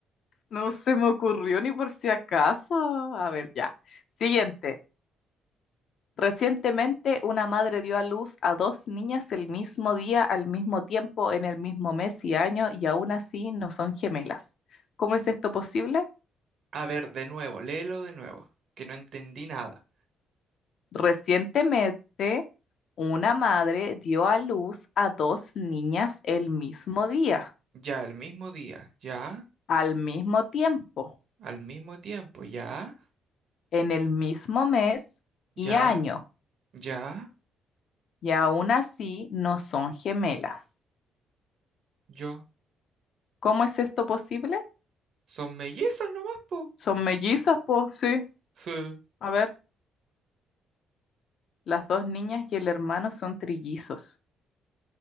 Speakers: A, on the left (about 65°); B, on the right (about 65°).
A: No se me ocurrió ni por si acaso. A ver, ya. Siguiente. Recientemente, una madre dio a luz a dos niñas el mismo día, al mismo tiempo, en el mismo mes y año, y aún así no son gemelas. ¿Cómo es esto posible?
B: A ver, de nuevo, léelo de nuevo, que no entendí nada.
A: Recientemente, una madre dio a luz a dos niñas el mismo día,
B: Ya al mismo día, ya,
A: al mismo tiempo,
B: al mismo tiempo, ya,
A: en el mismo mes y
B: ya,
A: año,
B: ya,
A: y aún así no son gemelas.
B: yo.
A: ¿Cómo es esto posible?
B: Son mellizos nomás, po.
A: Son mellizas, pues sí.
B: Sí.
A: A ver, las dos niñas y el hermano son trillizos.